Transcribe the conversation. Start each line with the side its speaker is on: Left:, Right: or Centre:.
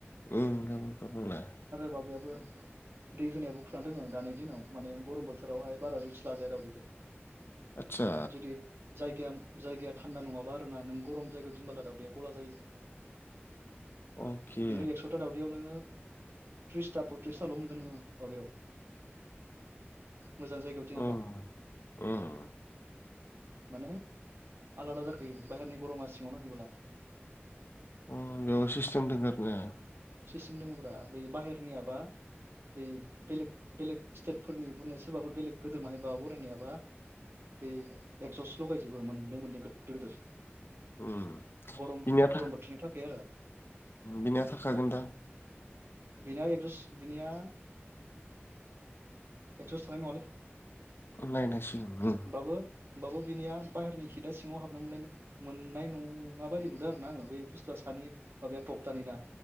Left: उम गाबोनफोरनोलाय
Right: माबायाबो दै होनायाबो खोथा दोङो दानि दिनाव माने गरम बोथोरावहाय बारा रिक्स लाजाया दावदैखो
Left: आतसा
Right: जुदि जायगाया जायगाया थान्दा नङाबा आरो ना नों गरम जायगायाव दिनबोला दावदैया गला जायो।
Left: अके
Right: नोङो एक्स'था दावदैयाव नोङो थ्रिसता पयथ्रिसताल' मोनगोन नोङो माबायाव मोजां जायगायाव दिनाबा।
Left: उम उम
Right: माने आलादा जाखायो बाहेरनि गरमा सिङाव नांहैब्ला।
Left: अ बेयाव सिस्टेम दोङो आरो ना?
Right: सेस्टिम दङ' ब्रा बे बाहेरनियाबा बे बेलेग बेलेग स्टेटफोरनि बुंनाय सोरबाफोर बेलेग गोदोर बाहायबा बनायनायाबा बे एकजसटल' लगायजोबो मोननै मोननै गोदोर गोदोर।
Left: उम
Right: गरम
Left: बिनिया
Right: गरम
Left: था
Right: बोथोरनि थाखाय आरो।
Left: बिनिया थाखागोन दा?
Right: बिनिया एकज'स बिनिया एकजस थानाय नङालै। होनबाबो
Left: नायनांसिगोन उम
Right: होनबाबो बिनिया बाहेरनि सिङाव हाबनो मोननाय मोननाय नं ङा माबायदि नुदों आरो ना आङो बे बुस्थुआ सानि माबाया थकतानि ना